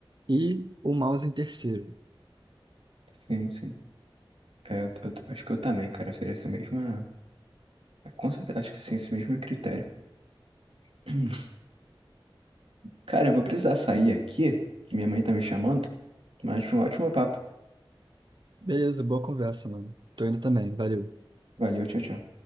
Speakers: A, on the right; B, on the right.
A: e o mouse em terceiro.
B: sim, sim. É, eu, tô- eu tô- acho que eu também, cara. Seria essa mesma. é, Com certeza, acho que sim, esse mesmo critério. <clears throat> Cara, eu vou precisar sair aqui, que minha mãe tá me chamando. Mas foi um ótimo papo.
A: Beleza, boa conversa, mano. Tô indo também, valeu.
B: Valeu, tchau, tchau.